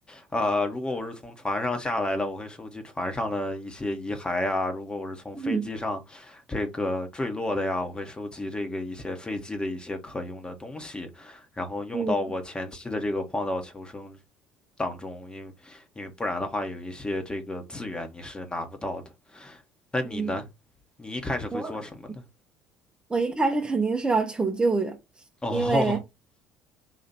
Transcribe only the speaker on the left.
啊、如果我是从船上下来的，我会收集船上的一些遗骸呀；如果我是从飞机上这个坠落的呀，
我会收集这个一些飞机的一些可用的东西，然后用到我前期的这个荒岛求生
当中，因为因为不然的话，有一些这个资源你是拿不到的。那你呢？
你一开始会做什么呢？
哦